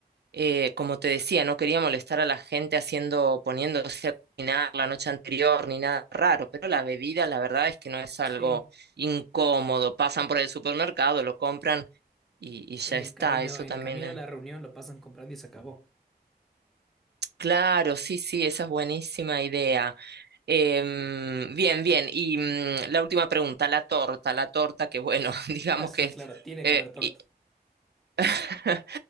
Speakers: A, on the right; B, in the centre.
A: eh, como te decía, no quería molestar a la gente haciendo, poniéndose a cocinar la noche anterior ni nada raro, pero la bebida, la verdad es que no es algo
B: Sí,
A: incómodo. Pasan por el supermercado, lo compran y, y ya
B: en
A: está.
B: el camino,
A: Eso
B: en
A: también
B: el camino
A: es-
B: a la reunión lo pasan comprando y se acabó. <laughs>
A: Claro, sí, sí, esa es buenísima idea. Em, bien, bien. Y mm, la última pregunta, la torta, la torta, que bueno, <laughs> digamos
B: Ah, sí,
A: que es
B: claro, tiene
A: eh,
B: que haber torta.
A: i- <laughs>